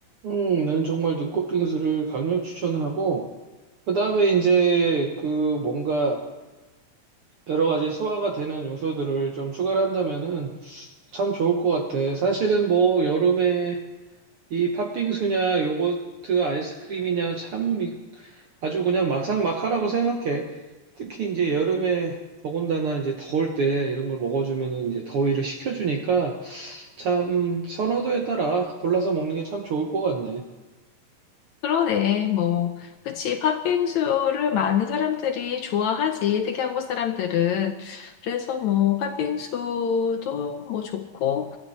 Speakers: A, on the right; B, on the left.
A: 음, 난 정말 눈꽃 빙수를 강력 추천하고 그다음에 이제 그 뭔가 여러 가지 소화가 되는 요소들을 좀 추가를 한다면은 참 좋을 것 같아. 사실은 뭐 여름에 이 팥빙수냐 요거트 아이스크림이냐 참 이- 아주 그냥 막상막하라고 생각해. 특히 이제 여름에 더군다나 이제 더울 때 이런 걸 먹어주면은 이제 더위를 식혀주니까 참 선호도에 따라 골라서 먹는 게 참 좋을 것 같네.
B: 그러네, 뭐. 그치, 팥빙수를 많은 사람들이 좋아하지, 특히 한국 사람들은. 그래서 뭐, 팥빙수도 뭐 좋고,